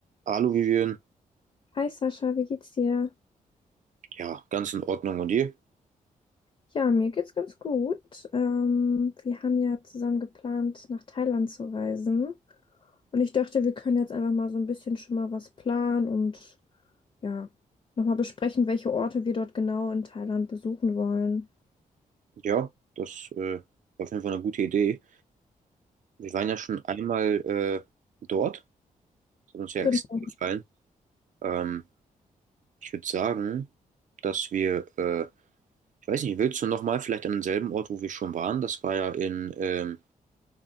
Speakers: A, on the right; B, on the left.
A: Alu, Aluvivieren,
B: Hi Sascha, wie geht's dir?
A: ja, ganz in Ordnung. Und ihr?
B: Ja, mir geht's ganz gut. Ähm, wir haben ja zusammen geplant, nach Thailand zu reisen. Und ich dachte, wir können jetzt einfach mal so ein bisschen schon mal was planen und ja, nochmal besprechen, welche Orte wir dort genau in Thailand besuchen wollen.
A: Ja, das äh, war auf jeden Fall eine gute Idee. Wir waren ja schon einmal äh, dort. Das hat uns ja
B: Genau,
A: extrem gefallen. Ähm, ich würde sagen, dass wir, äh, ich weiß nicht, willst du nochmal vielleicht an denselben Ort, wo wir schon waren? Das war ja in, ähm,